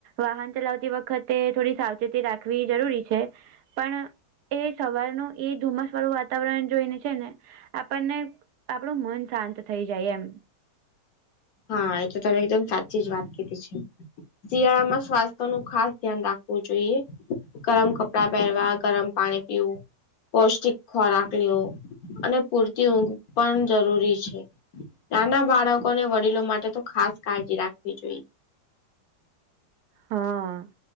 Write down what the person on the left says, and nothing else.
હા એ તો તમે એકદમ સાચી જ વાત કીધી છે. શિયાળામાં સ્વાસ્થ્ય નું ખાસ ધ્યાન રાખવું જોઈએ. ગરમ કપડા પહેરવા ગરમ પાણી પીવું. પૌષ્ટિક ખોરાક લેવો અને પૂરતી ઊંઘ પણ જરૂરી છે. નાના બાળકોને વડીલો માટે તો ખાસ કાળજી રાખવી જોઈએ.